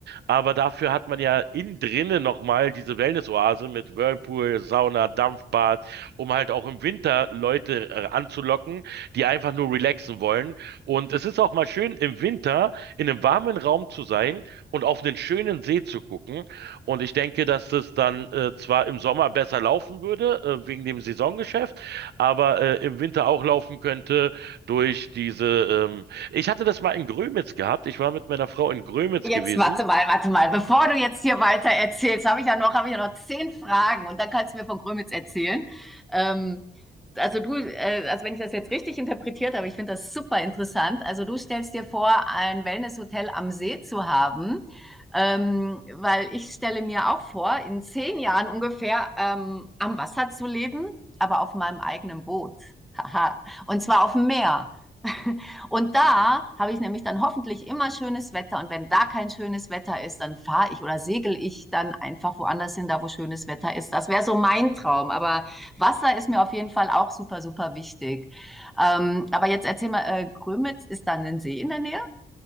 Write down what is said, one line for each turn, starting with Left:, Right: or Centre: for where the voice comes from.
Right: Aber dafür hat man ja innen drinnen nochmal diese Wellness-Oase mit Whirlpool, Sauna, Dampfbad, um halt auch im Winter Leute äh, anzulocken, die einfach nur relaxen wollen. Und es ist auch mal schön, im Winter in einem warmen Raum zu sein und auf einen schönen See zu gucken. Und ich denke, dass das dann äh, zwar im Sommer besser laufen würde, äh, wegen dem Saisongeschäft, aber äh, im Winter auch laufen könnte durch diese. Ähm ich hatte das mal in Grömitz gehabt. Ich war mit meiner Frau in Grömitz
Centre: Jetzt
Right: gewesen.
Centre: warte mal, warte mal. Bevor du jetzt hier weiter erzählst, habe ich ja noch, habe ich ja noch zehn Fragen und dann kannst du mir von Grömitz erzählen. Ähm, also du, äh, also wenn ich das jetzt richtig interpretiert habe, ich finde das super interessant. Also du stellst dir vor, ein Wellnesshotel am See zu haben, ähm, weil ich stelle mir auch vor, in zehn Jahren ungefähr ähm, am Wasser zu leben, aber auf meinem eigenen Boot. Haha. Und zwar auf dem Meer. <laughs> Und da habe ich nämlich dann hoffentlich immer schönes Wetter. Und wenn da kein schönes Wetter ist, dann fahre ich oder segel ich dann einfach woanders hin, da wo schönes Wetter ist. Das wäre so mein Traum. Aber Wasser ist mir auf jeden Fall auch super, super wichtig. Ähm, aber jetzt erzähl mal, äh, Grömitz ist dann ein See in der Nähe?